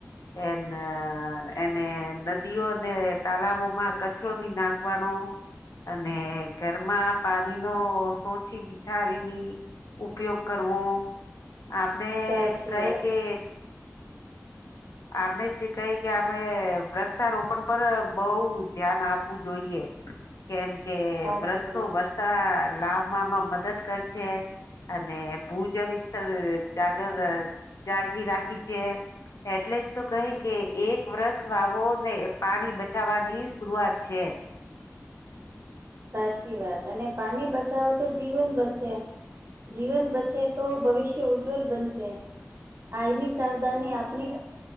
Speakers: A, on the left; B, on the right.
A: એન એને નદીઓ અને તાલાવો માં કચરોની નાખ <unintelligible> <inaudible> અને ઘરમાં પાણી નો સોચી બિચારીની ઉપયોગ. કરવો આપણે
B: સાચી
A: કઈ
B: વાત
A: કે આપને કહી કે અમે વૃક્ષારોપણ પર બહુ ધ્યાન આપવું જોઈએ. કેમ કે
B: સાચી
A: વૃક્ષો
B: વાત
A: વર્ષા લાવવામાં મદદ કર છે. અને ભૂ જળ સ્થર જાગર જાળવી રાખી છે. એટલે જ તો કહે કે એક વર્ષ વાવો ને પાણી બચાવાની શરુઆત છે.
B: સાચી વાત અને પાણી બચાવો તો જીવન બસશે. જીવન બચે તો ભવિષ્ય ઉજ્જવલ બનશે. આની સાવધાની આપની.